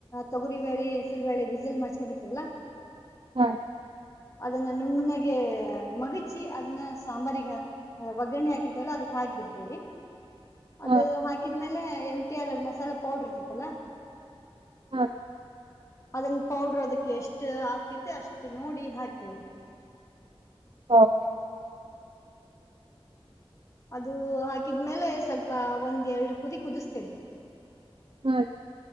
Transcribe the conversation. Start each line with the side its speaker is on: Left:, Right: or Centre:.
Left: ತೊಗರಿ ಬೇಳೆ ಹೆಸರು ಬೇಳೆ ವಿಸಿಲ್ ಮಾಡ್ಸ್ಕೊಂಡಿರ್ತೇವಲ್ಲಾ
Right: ಹಾ
Left: ಅದನ್ನ ನುಣ್ಣಗೆ ಮಗ ರುಚಿ ಅದನ್ನ ಸಾಂಬಾರಿಗೆ ಒಗ್ಗರಣೆ ಹಾಕಿರ್ತಲ್ಲ ಅದಕ್ ಹಾಕಿಬಿಡ್ತೇವಿ ಅದು
Right: ಹಾ ಆಂಟಿ
Left: ಹಾಕಿದ್ಮೇಲೆ ಎಂ ಟಿ ಆರ್ ಮಸಾಲೆ ಪೌಡ್ರ ಇರ್ತತಲ್ಲ
Right: ಹ್ಮ್
Left: ಅದನ್ ಪೌಡ್ರ ಅದಕ್ಕೆ ಎಷ್ಟು ಹಾಕೈತಿ ಅಷ್ಟ್ ನೋಡಿ ಹಾಕ್ತೇವಿ
Right: ಓಕೆ
Left: ಅದು ಹಾಕಿದ್ಮೇಲೆ ಸ್ವಲ್ಪ ಒಂದ್ ಎರಡು ಕುದಿ ಕುದಿಸ್ತೇವೆ
Right: ಹ